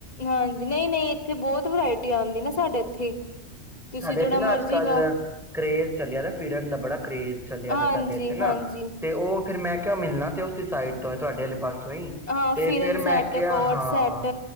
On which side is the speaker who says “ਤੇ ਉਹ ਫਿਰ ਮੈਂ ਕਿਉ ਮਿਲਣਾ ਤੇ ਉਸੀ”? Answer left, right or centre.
Centre